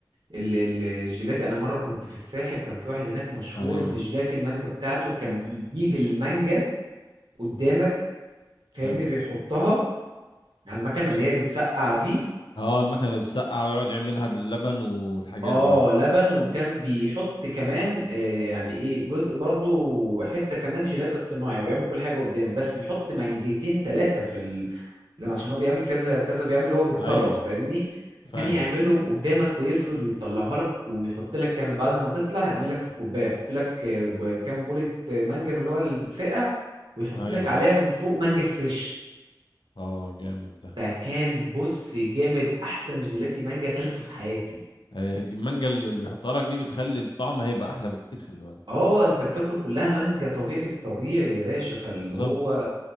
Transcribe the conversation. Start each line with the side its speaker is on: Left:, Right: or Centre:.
Right: ال ال- الجيلاتي انا مره كنت في الساحل كان في واحد هناك مشهور
Left: ايوه
Right: بجيلاتي المانجا بتاعته كان بيجيب المانجا قدامك فاهمني
Left: حلو
Right: بيحطها على المكنه اللي هي بتسقع دي
Left: اه المكنه اللي بتسقع ويقعد يعملها باللبن والحاجات
Right: اه
Left: دي
Right: لبن وكان بيحط كمان آه، يعني ايه جزء برضو حتة كمان جيلاتة صناعي وبيعمل كل حاجة قدامه بس بيحط منجتين ثلاثة في ال... لو عشان هو بيعمل كذا كذا بيعمل اللي هو بالطبق
Left: ايوه
Right: فاهمني وكان
Left: فاهم
Right: يعملهم قدامك ويفرد ويطلعها لك ويحط لك كمان بعد ما تطلع يعمل لك في كوباية يحط لك آه، ب- كام بولة آه، مانجا من اللي هو الساقع ويحط
Left: ايوه
Right: لك عليها من فوق مانجا فريش
Left: اه جامد ده
Right: فكان بص جامد احسن جيلاتي مانجا اكلته في حياتي
Left: آه، المانجا اللي بيحطها لك دي بتخلي الطعم هيبقى احلى بكتير خلي بالك
Right: اه انت بتاكل كلها مانجا طبيعي في طبيعي يا باشا فاللي
Left: بالظبط
Right: هو